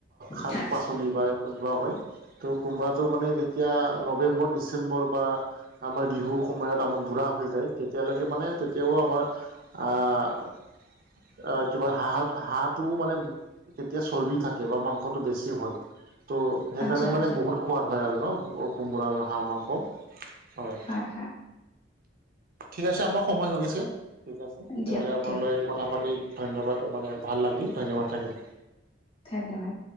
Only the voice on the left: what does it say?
হয় হয়।
আচ্ছা
আচ্ছা
ৰাখা।
দিয়ক
দিয়ক
ধন্যবাদ।